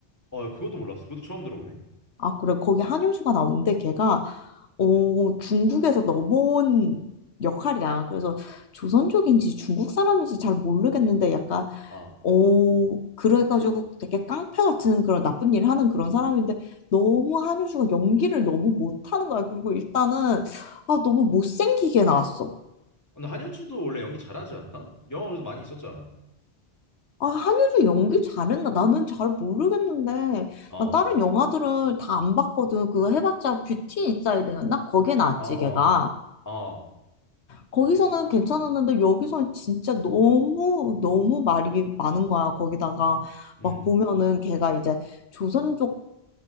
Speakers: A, on the left; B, on the left.
A: 어, 그것도 몰랐어. 그것도 처음 들어보네.
B: 아, 그래. 거기 한효주가 나오는데 걔가 어, 중국에서 넘어온 역할이야. 그래서 조선족인지 중국 사람인지 잘 모르겠는데 약간
A: 아.
B: 어, 그래가지고 되게 깡패 같은 그런 나쁜 일을 하는 그런 사람인데 너무 한효주가 연기를 너무 못하는 거야. 그리고 일단은 아, 너무 못생기게 나왔어.
A: 근데 한효주도 원래 연기 잘하지 않나? 영화 그래도 많이 있었잖아.
B: 아, 한효주 연기 잘했나? 나는 잘 모르겠는데.
A: 어.
B: 나 다른 영화들을 다 안 봤거든. 그거 해봤자 뷰티 인사이드였나? 거기에 나왔지,
A: 어, 어,
B: 걔가.
A: 어,
B: 거기서는 괜찮았는데 여기서는 진짜 너무 너무 말이 많은 거야. 거기다가
A: 음,
B: 막 보면은 걔가 이제 조선족